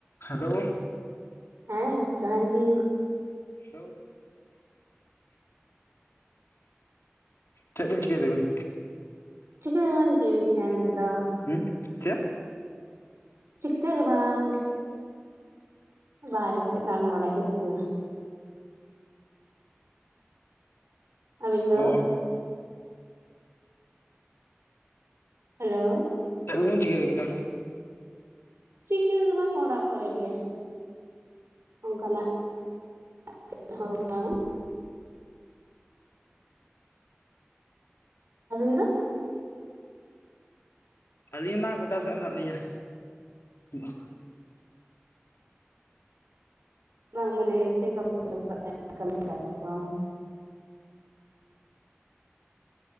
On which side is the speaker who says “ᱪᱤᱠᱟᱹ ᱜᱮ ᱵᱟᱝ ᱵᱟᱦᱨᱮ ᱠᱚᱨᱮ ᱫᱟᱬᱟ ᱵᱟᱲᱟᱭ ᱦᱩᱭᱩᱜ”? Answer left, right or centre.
Right